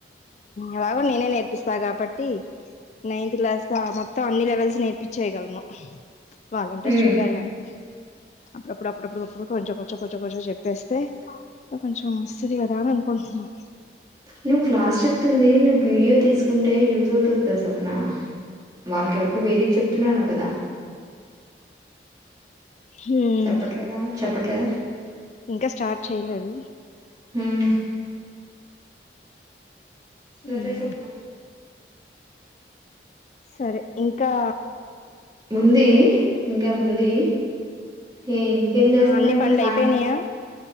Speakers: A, on the left; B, on the right.
A: ఎలాగో నేనే నేర్పిస్తా కాబట్టి టి నైన్త్ క్లాస్ ద మొత్తం అన్ని లెవెల్స్ నేర్పించేయగలను వాళ్ళు ఇంట్రెస్ట్
B: హ్మ్
A: చూపియాలి కానీ అప్పుడప్పుడు అప్పుడప్పుడుప్పుడు ఇపుడు కొంచెం కొంచెం కొంచెం కొంచెం చెప్పేస్తే ఇ కొంచెం వస్తతిగాదా అనుకుంటున్నా
B: నువ్వు క్లాస్ చెప్తుంది నువ్వు వీడియో తీసుకుంటే యూజ్ అవుతది కదా స్వప్న వాళ్ళకెవరికో వేదికి చెప్తున్నా అన్నావ్ కదా
A: హ్మ్
B: చెప్పట్లేదా చెప్పట్లేదా
A: ఇంకా స్టార్ట్ చేయలేదు
B: హ్మ్ సరే
A: హ్మ్
B: సప్నా
A: సరే ఇంకా
B: ముంది ఇంకా ఉంది ఏ ఇంకేం చేస్తున్నావు
A: అన్ని
B: ఇంకా
A: పన్లు
B: సాయంకాలం
A: అయిపోయినయా